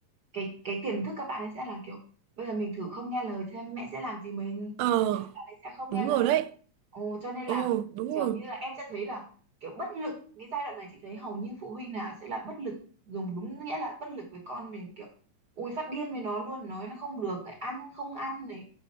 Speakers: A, on the right; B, on the right.
A: cái cái tiềm thức các bạn ấy sẽ là kiểu bây giờ mình thử không nghe lời xem mẹ sẽ làm gì mình
B: Ờ,
A: thế là bạn ấy sẽ không
B: đúng
A: nghe lời
B: rồi đấy.
A: ồ cho nên
B: Ờ,
A: là
B: đúng
A: kiểu
B: rồi.
A: như là em sẽ thấy là kiểu bất lực cái giai đoạn này chị thấy hầu như phụ huynh nào sẽ là bất lực dùng đúng nghĩa là bất lực với con mình kiểu ui phát điên với nó luôn nói nó không được này ăn không ăn này